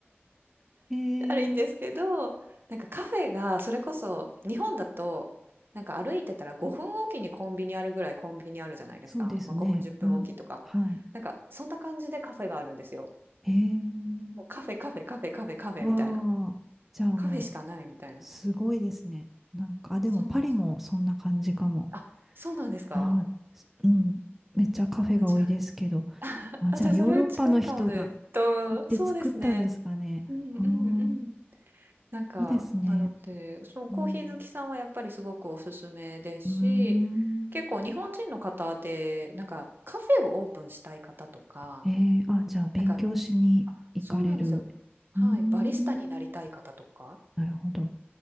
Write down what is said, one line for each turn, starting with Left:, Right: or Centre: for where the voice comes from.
Centre: えー
Right: るんですけど、なんかカフェがそれこそ日本だと、なんか歩いてたら5分おきにコンビニあるぐらいコンビニあるじゃないですか。
Centre: そうですね。
Right: まあ5分10分おきとか。
Centre: うん。はい。
Right: なんかそんな感じでカフェがあるんですよ。
Centre: えー
Right: もうカフェカフェカフェカフェカフェみたいな。
Centre: わあ。じゃあもう。
Right: カフェしかないみたいな。
Centre: すごいですね。なんか、あ、でもパリもそんな感じかも。
Right: そうなんですよ。あ、そうなんですか
Centre: あー、すうん。めっちゃカフェが多いですけど。
Right: あ、じゃあ
Centre: あ、
Right: あ、
Centre: じゃあヨーロッパの人が
Right: じゃあ、それ近いかもです。と、
Centre: 行って作ったんですかね。
Right: そうですね。うんうんうん。
Centre: あー、
Right: なんか、
Centre: いいですね。
Right: なので、そう、コーヒー好きさんはやっぱりすごくおすすめですし、
Centre: うん。うーん。
Right: 結構日本人の方で、なんかカフェをオープンしたい方とか、
Centre: えー、あ、じゃあ勉強しに行かれる。
Right: なんか、そうなんですよ。はい、
Centre: うーん。
Right: バリスタになりたい方とか
Centre: なるほど。